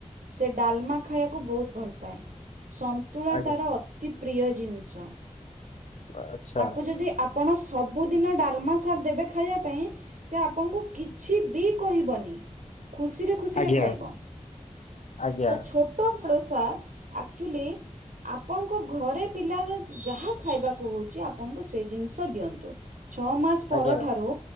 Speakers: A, on the right (about 85°); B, on the left (about 65°).
A: ସେ ଡାଲମା ଖାଇବାକୁ ବୋହୁତ ଭଲ ପାଏ। ସନ୍ତୁଳା
B: ଆଜ୍ଞା
A: ତାର ଅତି ପ୍ରିୟ ଜିନି ସ
B: ଆଚ୍ଛା।
A: ତାକୁ ଯଦି ଆପ୍ ଆପଣ ସବୁଦିନ ଡାଲମା ସାର୍ ଦେବେ ଖାଇବା ପାଇଁ ସେ ଆପଣଙ୍କୁ କିଛି ବି କହିବନି। ଖୁସିରେ ଖୁସିରେ
B: ଆଜ୍ଞା।
A: ଖାଇବ
B: ଆଜ୍ଞା
A: ତ ଛୋଟ ଳ ସାର୍ ଆକ୍ଚୁଲି ଆପଣଙ୍କ ଘରେ ପିଲାର ଯାହା ଖାଇବାକୁ ହଉ ଆପଣଙ୍କୁ ସେଇ ଜିନିଷ ଦିଅନ୍ତୁ। ଛଅ ମାସ ପର
B: ଆଜ୍ଞା
A: ଠାରୁ